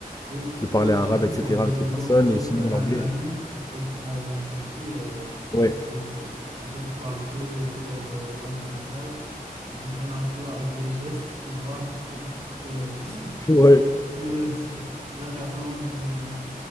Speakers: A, on the right (about 45°); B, on the left (about 25°).
A: Oui,
B: de parler
A: mais euh,
B: arabe,
A: surtout
B: etc.,
A: pour les-
B: avec les personnes,
A: l'Europe,
B: et sinon
A: l'Albanie,
B: l'anglais. hein.
A: au- en, en Turquie, euh,
B: Ouais,
A: je pense que c'est- en fait, ils parlent que, que leur euh, langue natale. Ils comprennent un peu avec les gestes, tu vois. <laughs> Par exemple, c'est, euh, <laughs>
B: <laughs> ouais,
A: si, si le- si la personne euh,